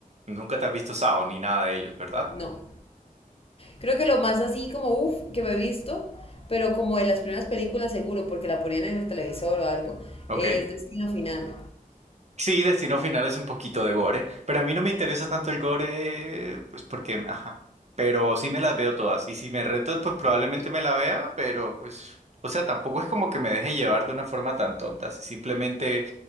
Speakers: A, on the right (about 50°); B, on the left (about 40°).
A: Nunca te has visto SAO ni nada de ellos, ¿verdad?
B: No. Creo que lo más así como uff que me he visto, pero como en las primeras películas seguro, porque la ponían en el televisor o algo,
A: Ok.
B: es Destino Final.
A: Sí, Destino Final es un poquito de gore, pero a mí no me interesa tanto el gore, pues porque, ajá, pero sí me las veo todas y si me reto, pues probablemente me la vea, pero pues, o sea, tampoco es como que me deje llevar de una forma tan tonta, si simplemente